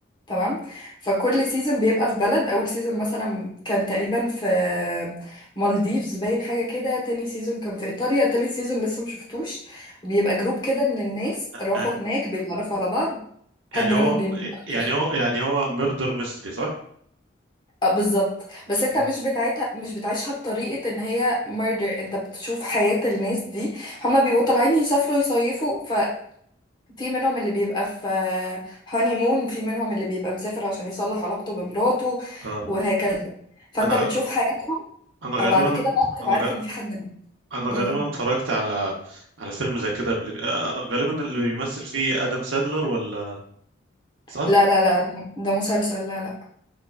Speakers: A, on the left (about 25°); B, on the right (about 80°).
A: تمام فكل سيزون بيبقى في بلد أول سيزون مثلا كان تقريبا في مالديفز باين حاجة كده تاني سيزون كان في إيطاليا تالت سيزون لسه مشفتوش بيبقى جروب كده من الناس راحوا
B: يعني
A: هناك بيتعرفوا على بعض حد
B: يعني هو
A: منهم بيموت في
B: يعني
A: الآخر.
B: هو يعني هو ميردر ميستري صح؟
A: اه بالظبط بس انت
B: مم.
A: مش بتاعتها مش بتعيشها بطريقة ان هي ميردر انت بتشوف حياة الناس دي هما بيبقوا طالعين يسافروا يصيفوا ففي منهم اللي بيبقى في هاني مون في منهم اللي بيبقى مسافر عشان يصلح علاقته بمراته
B: اه
A: وهكذا فانت
B: انا
A: بتشوف
B: غ-
A: حياتهم
B: انا
A: وبعد
B: غالبا
A: كده بقى تبقى
B: انا
A: عارف
B: غ...
A: ان في حد مات
B: انا
A: مم.
B: غالبا اتفرجت على على فيلم زي كده قبل آه، غالبا اللي بيمثل فيه ادم ساندلر ولا صح
A: لا لا لا ده مسلسل لا لا